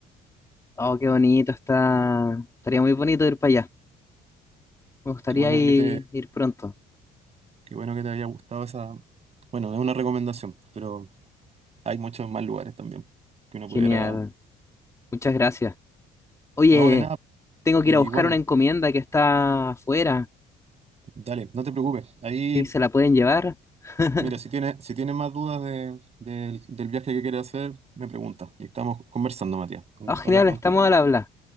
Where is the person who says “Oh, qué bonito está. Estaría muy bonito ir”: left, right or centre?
Left